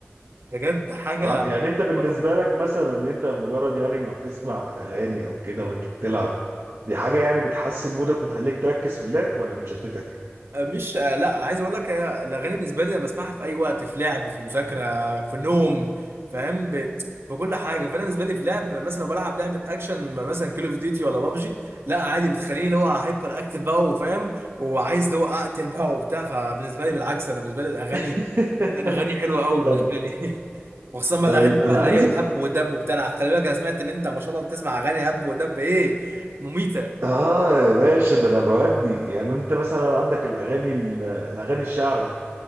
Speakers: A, on the right (about 70°); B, on the right (about 80°).
A: بجد حاجه
B: اه يعني انت بالنسبه
A: حلوه قوي
B: لك مثلا ان انت مجرد يعني ما بتسمع اغاني او كده وانت بتلعب دي حاجه يعني بتحسن مودك وتخليك تركز في اللعب ولا بتشتتك؟
A: آه، مش آه، لا عايز اقول لك آه، الاغاني بالنسبه لي انا بسمعها في اي وقت في لعب في مذاكره في نوم فاهم ب... في كل حاجه فانا بالنسبه لي في لعب مثلا لو بلعب لعبه اكشن مثلا كول اوف ديوتي ولا بابجي لا عادي بتخليني اللي هو هايبر اكتف بقى وفاهم وعايز اللي هو اقتل بقى وبتاع فبالنسبه لي بالعكس انا بالنسبه لي الاغاني
B: <laughs>
A: الاغاني حلوه قوي
B: طب
A: بالنسبه لي <laughs> وخصوصا بقى
B: طيب
A: الاغاني
B: انا
A: بقى اللي
B: عايز
A: هي الهب ودب وبتاع أنا خلي بالك انا سمعت ان انت ما شاء الله بتسمع اغاني هب ودب ايه مميته
B: اه يا باشا ده انا بودي يعني انت مثلا عندك الاغاني ال- الاغاني الشعبي